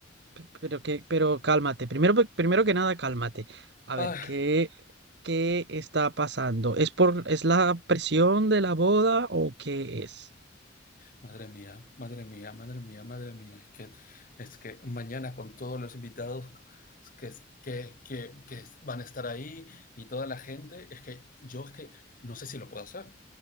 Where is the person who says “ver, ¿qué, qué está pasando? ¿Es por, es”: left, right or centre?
Right